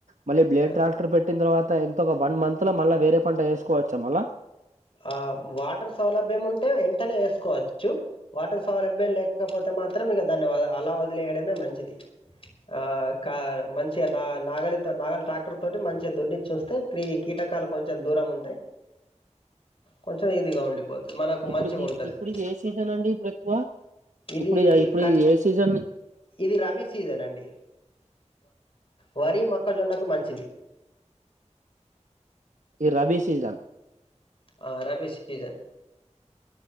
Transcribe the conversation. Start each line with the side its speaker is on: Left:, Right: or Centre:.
Right: మళ్ళ బ్లేడ్
Left: ఆ
Right: ట్రాక్టర్ పెట్టిన తవాత తా ఒక వన్ మంత్ లో మళ్ళా వేరే పంట వేసుకోవచ్చా మళా
Left: ఆ వాటర్ సౌలభ్యం ఉంటే ఎ అనే వేసుకోవచ్చు, వాటర్ సౌలభ్యం లేకపోతే మాత్రం ఇక దాన్ని అలా వదిలేయడమే మం ది ఆ కా మంచి నా నాగలితో నాగ ట్రాక్టర్ తోటి మంచిగా దొడ్ని చూస్తే త్రి కీటకాలు కొంచెం దూరం ఉంటాయి కొంచెం ఇదిగా ఉండి మనకు
Right: ఇప్పుడు
Left: మంచిగా ఉంటది
Right: ఇప్పుడు ఇది ఏ సీజన్ అండి ఇప్పుడు ఎక్కువ
Left: ఇది
Right: ఇప్పుడు ఇప్పుడు
Left: క
Right: ఏ సీజన్
Left: ఇది రబీ సీజన్ అండి వరి మొక్కజొన్నకు మంచిది
Right: ఈ రబీ సీజన్
Left: ఆ రబీ సీజన్